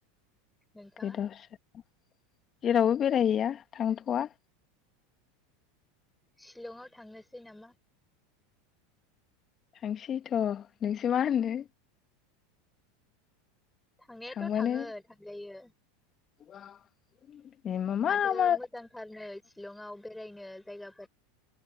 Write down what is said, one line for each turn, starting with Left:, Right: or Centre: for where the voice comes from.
Centre: नोंथाङा
Left: गोदोसो जेरावबो बेरायहैया थांथवा
Centre: शिलङाव थांनोसै नामा
Left: थांसै थ नोंसो मा होनो?
Centre: थांनायाथ
Left: थांबानो
Centre: थाङो थांजायो
Left: <unintelligible>
Centre: माथो
Left: मा
Centre: मोजांथारनो सिलङाव बेरायनो जायगा